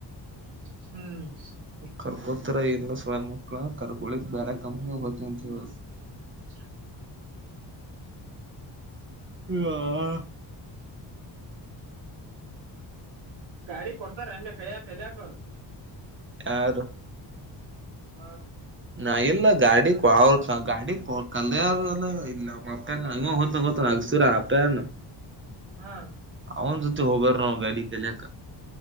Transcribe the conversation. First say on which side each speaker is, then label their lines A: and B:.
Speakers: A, on the right; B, on the right.
A: ಹ್ಮ್
B: ಕರ್ಕೋತರ ಇಲ್ಲ ಸಳ ಮಕ್ಳ ಕರ್ಕೊಳಿಕ್ ಬೇರೆ ಕಂಪ್ನಿ ಹೋತಿ ಅಂತ ಹೇಳ
A: <inaudible>
B: ವಾ
A: ಗಾಡಿ ಕೊಡ್ತಾರ ಎ ಕಯ ಕಲಯಕ
B: ಯಾರು
A: ಹಾ
B: ನಾ ಇಲ್ಲ ಗಾಡಿ ಅವ ಗಾಡಿ ಕೊಟ್ಟು ಕಲ್ದಾರ ಇಲ್ಲ <unintelligible>
A: ಹಾ
B: ಅವನ್ ಜೊತೆ ಹೋಗಾರ ಗಾಡಿ ಕಲಿಯಕ